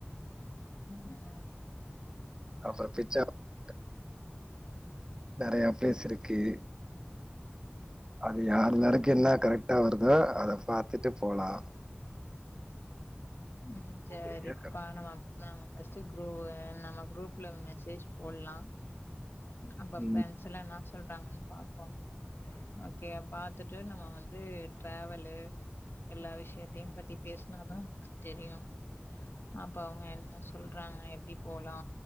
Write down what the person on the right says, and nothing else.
அப்புறோ பிச்ச <unintelligible> நறையா பிளேஸ் இருக்கு அது யார்லாருக்கு என்ன கரெக்டா வருதோ அத பாத்துட்டு போலா
சரியா?
ம்.